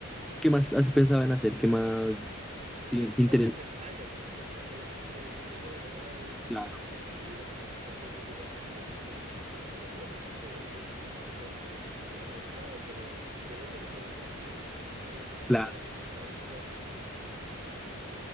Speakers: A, in the centre; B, on the right.
A: qué más has pensado en hacer? ¿Qué más
B: Es
A: tiene
B: que quiero
A: interés?
B: algo de playa también, no solamente, sé que Bogotá es,
A: Claro,
B: es un poco frío, yo soy de un lugar frío, así que, eh, bueno, voy a ir súper eh, abrigado, pero quiero conocer el Caribe. Háblame un poco
A: claro.
B: de a dónde podemos ir.